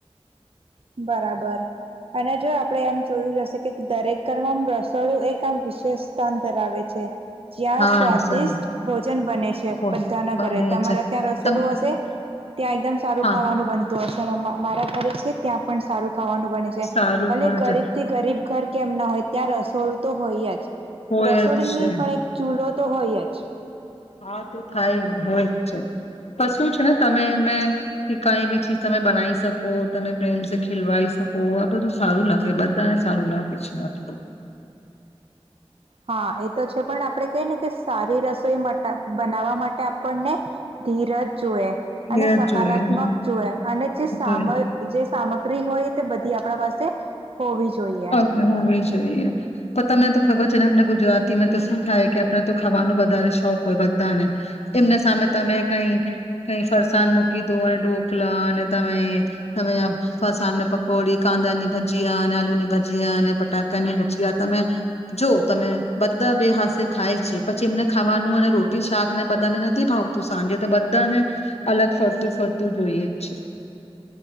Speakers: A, on the right; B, on the left.
A: બરાબર. અને જો આપણેે એમ જોયું જશે કે દરેક ઘરમાં રસોડું એક આમ વિશેષ સ્થાન ધરાવે છે. જ્યાં
B: હા
A: સ્વાદિષ્ટ
B: સર
A: ભોજન બને છે,
B: કોણ
A: બધાના
B: બને
A: ઘરે. તમારા
B: છે
A: ત્યાં રસોડું
B: તમ
A: હશે, ત્યાં એકદમ સારું
B: હા
A: ખાવાનું બન તો તેમાં મા-મારા ઘરે છે ત્યાં પણ સારું ખાવાનું બને છે.
B: સારું
A: ભલે
B: બને
A: ગરીબથી
B: છે
A: ગરીબ ઘર કેમ ના હોય ત્યાં રસોડું તો હોય જ.
B: હોય
A: રસોડની
B: જ છે
A: પણ એક ચૂલો તો હોય જ.
B: હા તો થાય, હોય જ છે, પણ શું છે ને તમેં એમે કે કાઈ બી ચીજ તમે બનાવી શકો, તમે પ્રેમ સે ખીલવાઈ શકો આ બધું સારું લાગે બધાને સારું લાગે છે આ તો.
A: હા એ તો છે પણ આપણે કે ને કે સારી રસોઈ માટા બનાવવા માટે આપણને ધીરજ જોઈએ
B: એ જ
A: અને સકારાત્મક
B: જોઈએ
A: જોઈએ, અને જે સામ
B: જોઈએ
A: જે સામ ગ્રી હોય તો બધી આપણા પાસે હોવી જોઈએ
B: ઓકે હોવી જોઈએ, પણ તમે તો ખબર છે ને આપણે ગુજરાતીમાં તો શું થાય કે આપણે તો ખાવાનું વધારે શોખ હોય બધાને, એમને સામે તમે કાઈ કાઈ ફરસાણ મૂકી દો અને ઢોકલા અને તમે તમે ફરસાણમાં પકોડી, કાંદાની ભજીયા અને આલુની ભજીયા અને બટાકાની ભજીયા તમે જો તમે બધા બે હાથ સે ખાય છે પછી એમને ખાવાનું અને રોટી શાકને બધાને નથી ભાવતું સાંજે તો બધાને અલગ ફરતું ફરતું જોઈએ જ છે.